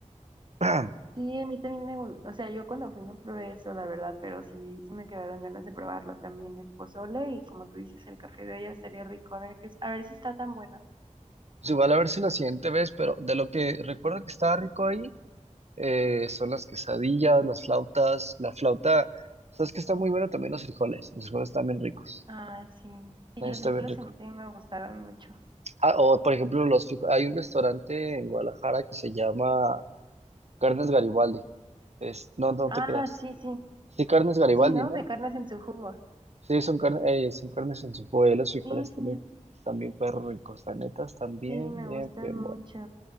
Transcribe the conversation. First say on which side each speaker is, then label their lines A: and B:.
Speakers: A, on the right (about 60°); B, on the right (about 40°).
A: <clears throat>
B: Sí, a mí también me gusta, o sea, yo cuando fui no probé eso, la verdad, pero sí, sí me quedaron ganas de probarlo también, el pozole y como tú dices, el café de olla estaría rico, a ver qué es, a ver si está tan bueno.
A: Pues igual a ver si la siguiente vez, pero de lo que recuerdo que estaba rico ahí, eh, son las quesadillas, las flautas, la flauta, sabes que está muy bueno también los frijoles, los frijoles están bien ricos,
B: Ah, sí, sí,
A: ahí
B: los
A: está
B: frijoles
A: bien rico.
B: a mí también me gustaron mucho.
A: Ah, o por ejemplo, los frijos. Hay un restaurante en Guadalajara que se llama Carnes Garibaldi. Es, no, no
B: Ah,
A: te creas.
B: sí, sí,
A: Sí, Carnes Garibaldi,
B: sí, ¿no?
A: ¿no?
B: De carnes en su jugo.
A: Sí, son, carne- eh, son carnes en su y los frijoles
B: Sí,
A: también,
B: sí,
A: también perro ricos, la neta, están bien,
B: sí, me
A: bien,
B: gustan
A: bien
B: mucho.
A: buenos.